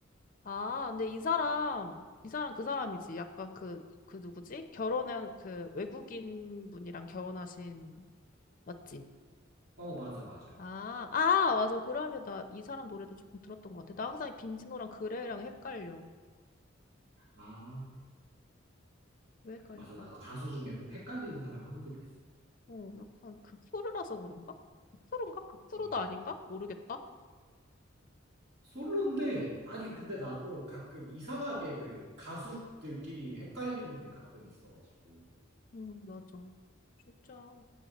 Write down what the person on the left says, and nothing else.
아, 근데 이 사람 이 사람 그 사람이지. 약간 그 그 누구지? 결혼한 그 외국인 분이랑 결혼하신 맞지?
아,
아, 맞아. 그러면 나 이 사람 노래도 조금 들었던 것 같아. 나 항상 이 빈지노랑 그레이랑 헷갈려.
왜 헷갈릴까?
어, 약간 극프루라서 그런가? 극프루인가? 극프루도
아닌가? 모르겠다.
음, 맞아. 진짜 저-